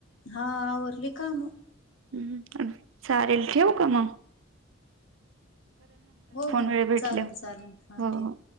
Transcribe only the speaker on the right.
हम्म. चालेलं ठेवु का म?
वेळ भेटल्यावर
हो
हो